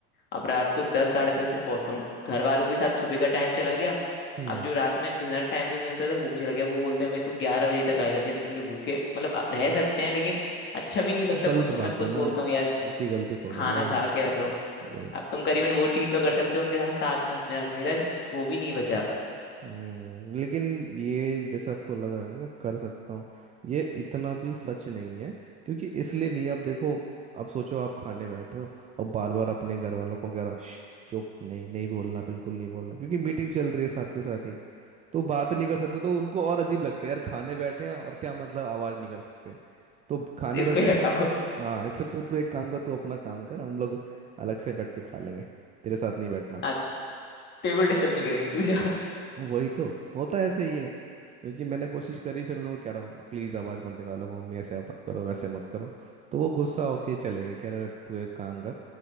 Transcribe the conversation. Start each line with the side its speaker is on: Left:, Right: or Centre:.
Left: अब रात को दस साढ़े दस से पहुंचता हूँ घर वालों के साथ सुबह का टाइम चला गया
Right: हम्म
Left: अब जो रात में डिनर टाइम भी मिलता था वो भी चला गया वो बोलते हैं भाई तू ग्यारह बजे तक आएगा तेरे लिए भूखे मतलब आप रह सकते हैं लेकिन अच्छा भी नहीं लगता
Right: गलत
Left: खुद को मैं
Right: बात
Left: खुद
Right: है ना
Left: बोलता हूँ यार
Right: उनकी गलती थोड़ी
Left: खाना
Right: है वही
Left: खा के रख रहा हूँ अब तुम करीबन वो चीज़ तो कर सकते हो उनके साथ साथ में डिनर मेरा वो भी नहीं बचा
Right: हम्म लेकिन ये जैसे आपको लग रहा है ना कि कर सकता हूँ ये इतना भी सच नहीं है क्योंकि इसलिए नहीं है, आप देखो अब सोचो आप खाने बैठे हो और बार बार अपने घर वालों को कह रहे हो "श्श, चुप नहीं नहीं बोलना बिल्कुल नहीं बोलना क्योंकि मीटिंग चल रही है साथ के साथ ही तो बात नहीं कर सकते तो उनको और अजीब लगता है यार खाने बैठे हैं और क्या मतलब आवाज नहीं कर सकते तो खाने
Left: इसको
Right: बैठे
Left: ही हटाओ
Right: फिर हाँ इसलिए तो तू एक काम कर तू अपना काम कर हम लोग अलग से बैठ के खा लेंगे तेरे साथ नहीं बैठना
Left: हाँ तेरे को डिस्टर्ब नहीं करेंगे तू जा
Right: वही तो होता है ऐसे ही है क्योंकि मैंने कोशिश करी फिर उनको कह रहा हूँ प्लीज़ आवाज़ मत निकालो मम्मी ऐसे आप मत करो वैसे मत करो तो वो गुस्सा होके चले गए कह रहे तू एक काम कर